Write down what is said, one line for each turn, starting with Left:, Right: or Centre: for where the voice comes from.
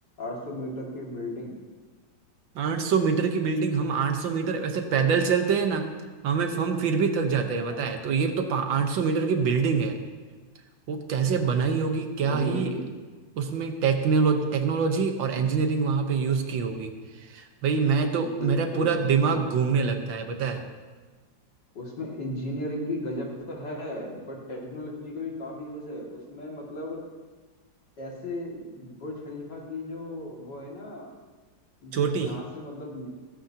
Left: 800 मीटर की बिल्डिंग
Right: 800 मीटर की बिल्डिंग हम 800 मीटर वैसे पैदल चलते हैं ना हमें हम फिर भी थक जाते हैं
Left: हाँ
Right: बताए तो ये तो 800 मीटर की बिल्डिंग है वो कैसे बनाई होगी क्या
Left: वही वही
Right: ही उसमें टेक्नोलॉजी टेक्नोलॉजी और इंजीनियरिंग वहां पे यूज की होगी भाई मैं तो
Left: बिल्कुल
Right: मेरा पूरा
Left: बिल्कुल
Right: दिमाग घूमने लगता है पता है
Left: उसमें इंजीनियरिंग की गजब तो है बट टेक्नोलॉजी का भी काफी यूज है उसमें मतलब ऐसे बुर्ज खलीफा की जो वो है ना जो
Right: छोटी
Left: जहाँ से मतलब नि-